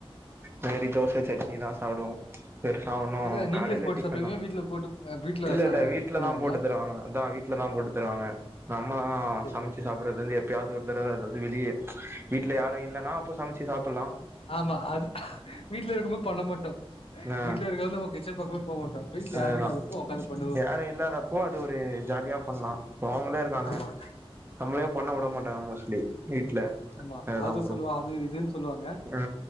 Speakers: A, on the right (about 25°); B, on the left (about 65°).
A: மாரி தோச சட்னி தா சாப்டுவோ பெர்சா ஒன்னு
B: இல்ல நீங்களே
A: காலேல
B: போட்டு
A: டிப்பன்
B: சாப்டுவீங்களா
A: தா
B: வீட்ல போட்டு அ வீட்ல
A: இல்ல
B: ச
A: இல்ல வீட்லதா
B: பண்ணுவாங்களா
A: போட்டு தருவாங்க அதா வீட்லதா போட்டு தருவாங்க நம்மளா
B: சரி
A: சமச்சு
B: சரி
A: சாப்றது வநது எப்பயாது பட் அதாது வெளியே வீட்ல யாரு இல்லன்னா அப்போ சமச்சு சாப்பலா
B: ஆமா அது வீட்ல இருக்குபோம்து பண்ண மாட்டோ
A: ஆ
B: வீட்ல இருக்க நம்ம கிச்சன் பக்கமே போக மாட்டோ வீட்ல
A: அதுதா
B: யாரு இல்லாதப்ப ஒக்காந்து பண்ணுவோ
A: யாரு இல்லாதப்போ அது ஒரு ஜாலியா பண்லா இப்ப அவங்களே இருக்காங்க
B: ஆமா
A: நம்மளையு பண்ண வுட மாட் ட்டாமஸ்லி வீட்ல
B: ஆமா
A: அததா
B: அது
A: ப்ரோ
B: சொல்லுவா அது இதுன்னு சொல்லுவாங்க
A: ஆ